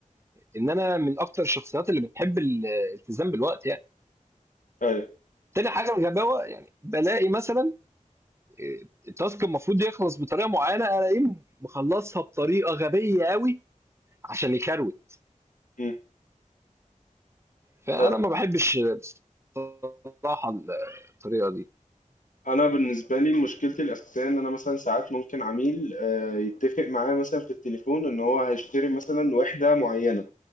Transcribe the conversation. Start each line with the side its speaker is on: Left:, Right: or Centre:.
Right: ان انا من اكتر الشخصيات اللي بتحب ال- الالتزام بالوقت يعني
Left: ايوه
Right: تاني حاجه الغباوه يعني بلاقي مثلا إيه، التاسك المفروض يخلص بطريقه معينه الاقيه مخلصها بطريقه غبيه قوي عشان يكروت
Left: مم.
Right: فانا
Left: آه،
Right: ما بحبش بصراحه الطريقه دي
Left: انا بالنسبه لي مشكلتي الاساسيه ان انا مثلا ساعات ممكن عميل آه، يتفق معايا مثلا في التليفون ان هو هيشتري مثلا وحده معينه